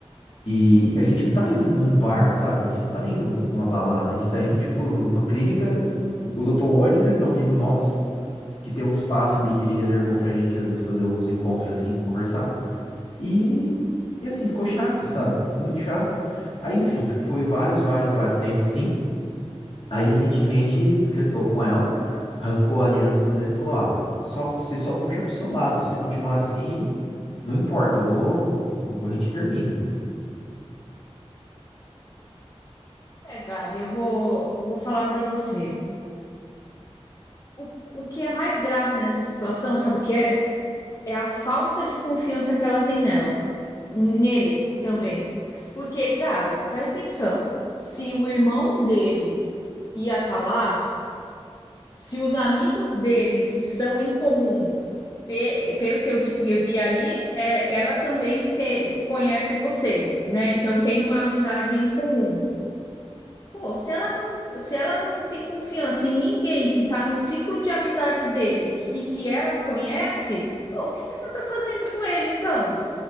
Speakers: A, on the left; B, on the left.
A: E a gente não tá indo num bar, sabe? A gente não tá indo numa balada, a gente tá indo, tipo, numa clínica odontológica de um amigo nosso que tem um espaço ali que ele reservou pra gente, às vezes, fazer alguns encontros, assim, conversar. E, e assim, ficou chato, sabe? Ficou muito chato. Aí, enfim, foi vários, vários, vários tempo assim. Aí, recentemente, tretou com ela, arrancou a aliança do dedo e falou: Ó, só, você só puxa pro seu lado. Se continuar assim, não importa, eu vou, eu vou- a gente termina.
B: é, Gabi, eu vou, vou falar para você. O, o que é mais grave nessa situação, sabe o que é? É a falta de confiança que ela tem nela. nele também. Porque, Gabi, presta atenção, se o irmão dele ia estar lá, se os amigos dele, que são em comum, te- pelo que eu di- eu vi ali, é, ela também te- conhece vocês, né? Então tem uma amizade em comum. Pô, se ela não, se ela não tem confiança em ninguém que está no ciclo de amizade dele que- e que ela conhece, pô, o que que ela está fazendo com ele então?